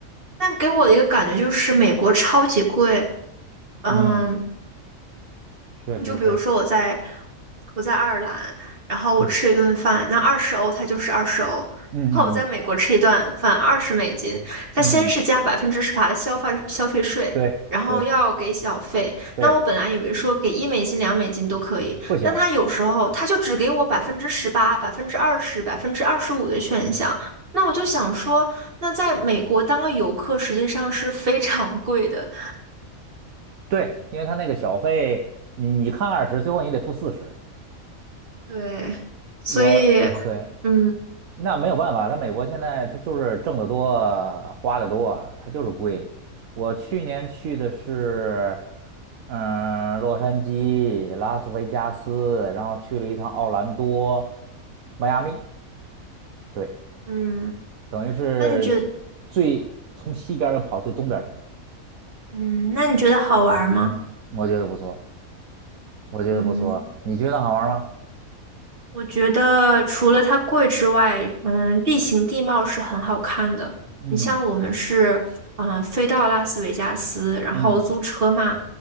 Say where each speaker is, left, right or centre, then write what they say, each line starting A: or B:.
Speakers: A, on the right; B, on the right.
A: 但给我的一个感觉就是美国超级贵，嗯。
B: 嗯，确实是。
A: 就比如说我在我在爱尔兰，然后我吃一顿饭，
B: 嗯
A: 那二十欧它就是二十欧。
B: 嗯嗯嗯
A: 然后我在美国吃一顿饭二十美金，它先是加百分之十八的消费消费税，
B: 嗯嗯，对对
A: 然后要给小费。
B: 对，
A: 那我本来以为说给一美金、两美金都可以，
B: 不行，
A: 但他有时候他就只给我百分之十八、百分之二十、百分之二十五的选项。那我就想说，那在美国当个游客实际上是非常贵的，
B: 对，因为他那个小费，你你看二十，最后你得付四十。
A: 对，所以
B: 我对，
A: 嗯
B: 那没有办法，他美国现在他就是挣得多，花得多他就是贵。我去年去的是，嗯，洛杉矶、拉斯维加斯，然后去了一趟奥兰多、迈阿密，对，
A: 嗯。
B: 等于是最从西边儿又跑最东边儿去了，
A: 那你觉得，嗯，那你觉得好玩吗？
B: 我觉得不错，我觉得不错，
A: 嗯，
B: 你觉得好玩吗？
A: 我觉得除了它贵之外，嗯，地形地貌是很好看的。
B: 嗯
A: 你像我们是，嗯，飞到拉斯维加斯，然后租车嘛，
B: 嗯 <laughs>